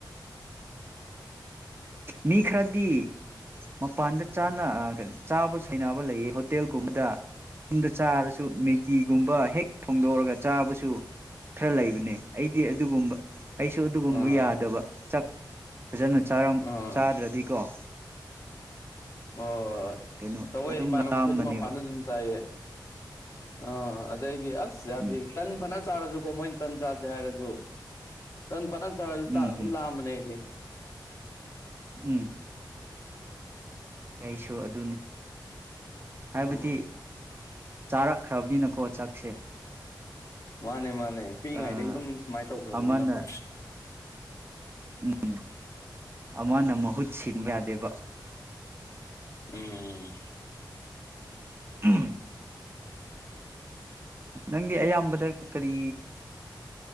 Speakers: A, on the right; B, on the left.
A: ꯃꯤ ꯈꯔꯗꯤ ꯃꯄꯥꯟꯗ ꯆ ꯆꯥꯕ ꯁꯩꯅꯕ ꯂꯩꯌꯦ ꯍꯣꯇꯦꯜꯒꯨꯝꯕꯗ ꯌꯨꯝꯗ ꯆꯥꯔ ꯁ ꯃꯦꯒꯤꯒꯨꯝꯕ ꯍꯦꯛ ꯐꯣꯡꯗꯣꯛꯑꯒ ꯆꯥꯕꯁꯨ ꯈꯔ ꯂꯩꯕꯅꯦ ꯑꯩꯗꯤ ꯑꯗꯨꯒꯨꯝꯕ ꯑꯩꯁꯨ ꯑꯗꯨꯒꯨꯝꯕ
B: ꯑꯥ
A: ꯌꯥꯗꯕ ꯆ ꯍꯖꯅ ꯆꯥ
B: ꯑꯥ
A: ꯆꯥꯗ꯭ꯔꯗꯤꯀꯣ
B: ꯑꯣ
A: ꯀꯩꯅꯣ
B: ꯇꯧꯣꯏ
A: ꯑꯗꯨꯝ
B: ꯏꯃꯥꯟꯅꯕꯈꯣꯏꯗꯤ
A: ꯂꯥꯝꯕꯅꯦꯕ
B: ꯃꯄꯥꯟꯗ ꯑꯗꯨꯝ ꯆꯥꯏꯌꯦ <unintelligible> ꯑꯁ ꯌꯥꯗꯦ
A: ꯎꯝ
B: ꯇꯟ ꯐꯅ ꯆꯥꯔꯁꯨꯀꯣ ꯃꯣꯏ ꯇꯟ ꯆꯥꯠꯖꯔꯖꯣ ꯇꯟ ꯐꯅ
A: ꯎꯝ ꯎꯝ
B: ꯨꯂꯃꯅꯦꯗ <unintelligible>
A: ꯎꯝ ꯑꯩꯁꯨ ꯑꯗꯨꯅꯤ
B: ꯎꯝ
A: ꯍꯥꯏꯕꯗꯤ ꯆꯥꯔꯛꯈ꯭ꯔꯕꯅꯤꯅꯀꯣ ꯆꯥꯛꯁꯦ
B: ꯃꯥꯅꯦ ꯃꯥꯅꯦ ꯅꯦ ꯄꯤꯛꯏꯉꯥꯏꯗꯒꯤ
A: ꯑꯥ
B: ꯑꯗꯨꯝ ꯁꯨꯃꯥꯏꯅ ꯇꯧꯈ꯭ꯔꯕꯅꯤꯅꯀꯣ
A: ꯑꯃꯅ ꯎꯝ ꯑꯃꯅ ꯃꯍꯨꯠ ꯁꯤꯟꯕ ꯌꯥꯗꯦꯕ
B: ꯎꯝ
A: ꯎꯝ ꯅꯪꯒꯤ ꯑꯌꯥꯝꯕꯗ ꯀꯔꯤ